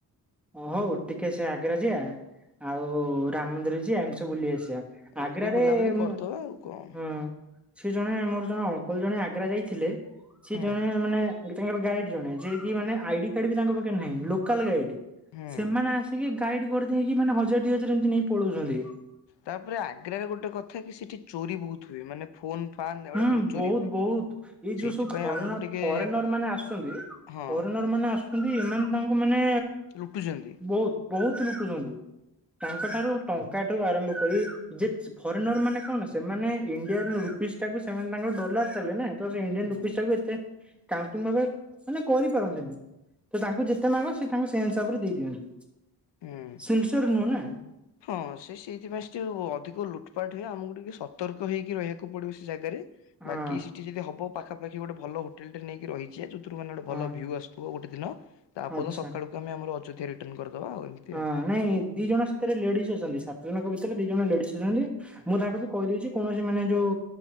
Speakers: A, in the centre; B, on the left.
A: ଓ ହଉ ଟିକେ ସେ ଆଗ୍ରା ଯିବା ଆଉ ରାମ ମନ୍ଦିର ଯିବା ଏମିତି ସବୁ ବୁଲେଇ ଆସିବା।
B: ଏମିତି
A: ଆଗ୍ରାରେରେ
B: ଟିକେ ବୁଲାବୁଲି କରିଦବା
A: ହୁଁ।
B: ଆଉ କଣ
A: ସେ ଜଣେ ମୋର ଜଣେ ଅଙ୍କଲ ଜଣେ ଆଗ୍ରା ଯାଇଥିଲେ ସେ
B: ହୁଁ।
A: ଜଣେ ମାନେ। ତାଙ୍କର ଗାଇଡ୍ ଜଣେ ଯିଏ କି ମାନେ ଆଡି କାର୍ଡ ବି ତାଙ୍କ ପାଖେ ନାହିଁ ଲୋକାଲ ଗାଇଡ୍।
B: ହୁଁ।
A: ସେମାନେ ଆସିକି ଗାଇଡ କରେଇକି ମାନେ ହଜାର ଦି ହଜାର ଏମତି ନେଇ ପଳଉଛନ୍ତି।
B: ତାପରେ ଆଗ୍ରାରେ ଗୋଟେ କଥା କି ସେଠି ଚୋରି ବହୁତ ହୁଏ ମାନେ। ଫୋନ ଫାନ୍ ଏଗୁଡା
A: ହୁଁ
B: ଚୋରି
A: ବହୁତ
B: ହୁଏ।
A: ବହୁତ ଏଇ
B: ସେଇଥିପାଇଁ
A: ଯୋଉ ସବୁ ଫରେନ
B: ଆମକୁ ଟିକେ
A: ଫରେନର ମାନେ ଆସୁଛନ୍ତି।
B: ହଁ
A: ଫରେନର ମାନେ ଆସୁଛନ୍ତି ଏମାନେ ତାଙ୍କୁ ମାନେ
B: ଲୁଟୁଛନ୍ତି
A: ବହୁତ। ବହୁତ ଲୁଟୁଛନ୍ତି ତାଙ୍କଠାରୁ ଟଙ୍କାଠୁ ଆରମ୍ଭ କରି ଯେ ଫରେନର ମାନେ କଣ ସେମାନେ ଇଣ୍ଡିଆର ରୁ ସେମାନେ ତାଙ୍କର ଡଲାର ଚାଲେ ନା ତ ଇଣ୍ଡିଆନ୍
B: ହୁଁ
A: ରୂପିଶ ଟାକୁ ଏତେ। କାଉଣ୍ଟିଙ୍ଗ ଭା ମାନେ କରିପାରନ୍ତିନି। ତ ତାଙ୍କୁ ଯେତେ ମାଗ ସେ ତାଙ୍କୁ ସେ ହିସାବରେ ଦେଇ ଦିଅନ୍ତି
B: ହୁଁ।
A: ସନ୍ସର ନୁହଁ ନା।
B: ହଁ ସେ ସେଇଥିପାଇଁ ସେ ଟିକେ ଅଧିକ ଲୁଟପାଟ ହୁଏ ଆମକୁ ଟିକେ ସତର୍କ ହେଇକି ରହିବାକୁ ପଡିବ ସେ ଜାଗାରେ
A: ହଁ
B: ବାକି ସେଠି ଯଦି ହବ ପାଖାପାଖି ଗୋଟେ ଭଲ ହୋଟେଲ ଟି ନେଇକି ରହିଛିେ ଯୋଉଥିରୁ ମାନେ ଗୋଟେ
A: ହଁ
B: ଭଲ ଭ୍ୟୁ ଆସୁ ଥିବ ଗୋଟେ ଦିନ ତାପର
A: ଆଚ୍ଛା।
B: ଦିନ ସକାଳକୁ ଆମେ ଆମର ଅଯୋଧ୍ୟା ରିଟର୍ଣ କରିଦବା ଆଉ ଏମିତି
A: ହଁ
B: ଆଉ।
A: ନାଇଁ। ଦି ଜଣ ଭିତରେ ଲେଡିସ୍ ଅଛନ୍ତି ସାତ ଜଣଙ୍କ ଭିତରେ ଦି ଜଣ ଲେଡିଜ ଅଛନ୍ତି। ମୁଁ ତାଙ୍କୁ ବି କହିଦେଇଛି କୌଣସି ମାନେ ଯୋଉ